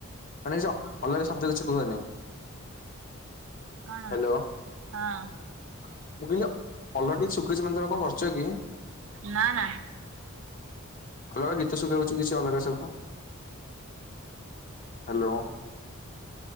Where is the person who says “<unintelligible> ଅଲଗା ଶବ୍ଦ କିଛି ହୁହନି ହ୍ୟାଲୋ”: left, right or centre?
Left